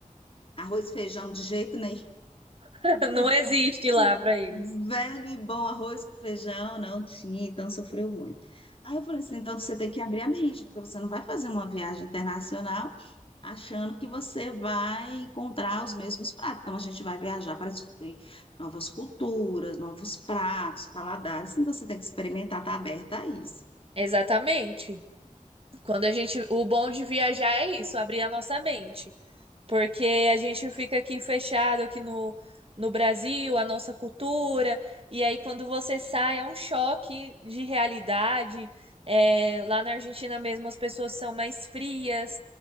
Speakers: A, on the left; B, on the right.
A: arroz e feijão de jeito nenhum.
B: <laughs> Não existe lá
A: <laughs>
B: pra eles.
A: Velho e bom arroz com feijão, não tinha, então sofreu muito. Aí eu falei assim: então você tem que abrir a mente, porque você não vai fazer uma viagem internacional achando que você vai encontrar os mesmos pratos. Então, a gente vai viajar para descobrir novas culturas, novos pratos, paladares. Então, você tem que experimentar, estar aberta a isso.
B: Exatamente. Quando a gente, o bom de viajar é isso, abrir a nossa mente, porque a gente fica aqui fechado aqui no no Brasil, a nossa cultura, e aí quando você sai é um choque de realidade. É, lá na Argentina mesmo as pessoas são mais frias,